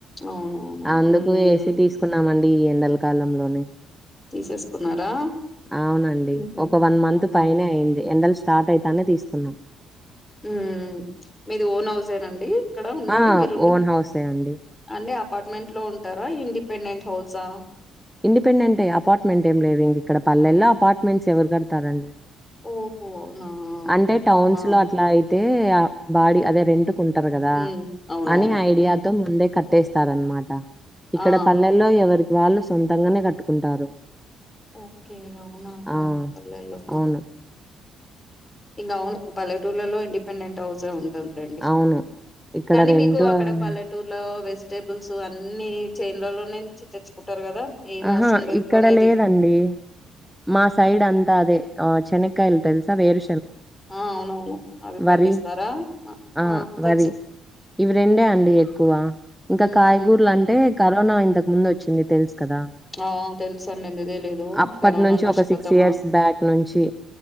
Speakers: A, on the left (about 20°); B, in the centre.
A: అవునవును
B: అందుకు
A: ఉమ్
B: ఏసి తీసుకున్నామంటే ఈ ఎండల కాలంలోనే
A: తీసేసుకున్నారా
B: అవునండి
A: హు
B: ఒక వన్ మంత్
A: అవునా
B: పైనే అయింది ఎండలు స్టార్ట్ అయితానే తీసుకున్నాం
A: ఉ మీది ఓన్ హౌసేనా అండి అక్కడ ఉన్నది
B: ఆ
A: మీరున్న
B: ఓన్ హౌసే అండి
A: అండి అపార్ట్మెంట్ లో ఉంటారా ఇండిపెండెంట్ హౌసా
B: ఇండిపెండెంట్ అపార్ట్మెంట్ ఏమి లేదు ఇంక ఇక్కడ పల్లెల్లో అపార్ట్మెంట్స్ ఎవరు ఉంటారు అండి
A: ఓహో! అవునా!
B: అంటే టౌన్స్
A: ఆహా!
B: లో అట్లా అతే బాడ అదే రెంటుకుంటారు కదా
A: హ్మ్. అవునవును.
B: అని ఐడియాతో
A: హ్మ్.
B: ముందే క కట్టేస్తారనమాట ఇక్కడ
A: ఆ!
B: పల్లెల్లో ఎవరి వాళ్ళు సొంతంగానే కట్టుకుంటారు
A: ఓకే అవునా
B: ఆ!
A: పల్లెల్లో
B: అవును.
A: ఇంకా అవును పల్లెటూర్లలో ఇండిపెండెంట్ హౌసే ఉంటంది గంతే అండి
B: అవును. ఇక్కడ
A: కానీ
B: రెంటు
A: మీకు అక్కడ
B: అన్
A: పల్లెటూరులో వెజిటేబుల్స్ అన్ని చేన్లాల నుంచి తెచ్చుకుంటారు కదా ఏం
B: అహా!
A: అవసరం లేదు
B: ఇక్కడ
A: కోనేది.
B: లేదండి. మా సైడ్ అంత అదే చెనక్కాయలు తెలుసా వేరు.
A: ఆహ్ అవునవును అవి పండిస్తారా
B: వరి ఆ!
A: ఆహ్ తెలుసు.
B: వరి ఇవి రెండే అండి ఎక్కువ ఇంకా
A: హుహు.
B: కాయగూరలు అంటే కరోనా ఇంతకు ముందు వచ్చింది తెలుస. కదా
A: ఆ! తెలుసండి. ఎందుకు తెలీదు.
B: అప్పటి
A: కరోనాను
B: నుంచి
A: మర్చిపోతామా?
B: ఒక సిక్స్ ఇయర్స్ బ్యాక్ నుంచి.